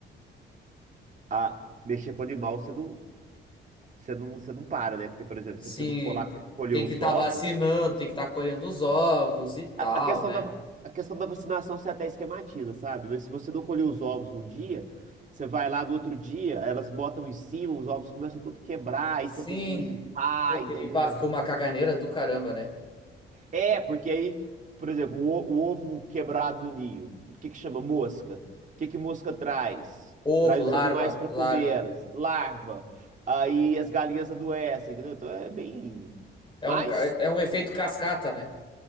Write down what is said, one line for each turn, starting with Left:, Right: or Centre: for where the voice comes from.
Right: A mexer com animal, você não, você não, você não para, né? Porque, por exemplo,
Left: Sim,
Right: se você não for lá colher
Left: tem
Right: os
Left: que estar
Right: ovos.
Left: vacinando, tem que estar colhendo os ovos e tal,
Right: A, a questão
Left: né?
Right: da, va- a questão da vacinação você até esquematiza, sabe? Mas se você não colher os ovos num dia, você vai lá no outro dia, elas botam em cima, os ovos começam tudo a quebrar, aí
Left: Sim,
Right: você tem que limpar,
Left: tem que
Right: entendeu?
Left: limpar, ficou uma caganeira do caramba, né?
Right: É, porque aí, por exemplo, o, o ovo quebrado no ninho, o que que chama mosca? O que que mosca traz?
Left: Ovo,
Right: Traz
Left: larva,
Right: os animais para
Left: larva.
Right: comer elas, larva. Aí as galinhas adoecem, entendeu? Então é bem.
Left: É
Right: Mas
Left: um, ca- é um efeito cascata, né?